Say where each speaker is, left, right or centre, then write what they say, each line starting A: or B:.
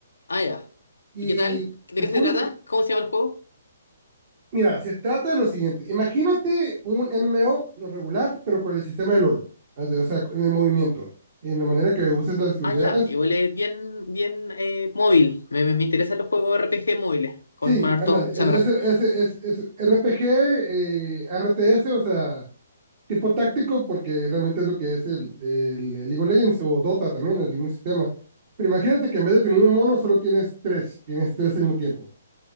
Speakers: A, on the left; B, on the right.
A: Ah, ya.
B: Y
A: ¿Y qué tal? ¿De
B: te
A: qué
B: juro
A: se trata?
B: que,
A: ¿Cómo se llama el juego?
B: mira, se trata de lo siguiente. Imagínate un MMO no regular, pero con el sistema de LOL. O sea, en el movimiento, en la manera que uses las habilidades.
A: Ah, ya. Igual es bien, bien eh, móvil. Me, me, me interesan los juegos RPG móviles. Con,
B: Sí,
A: con harto.
B: ándale,
A: O
B: es,
A: sea, me
B: es,
A: ref-
B: es, es RPG, eh, RTS, o sea, tipo táctico, porque realmente es lo que es el, el, el League of Legends o Dota también, el mismo sistema. Pero imagínate que en vez de tener un mono, solo tienes tres, tienes tres al mismo tiempo.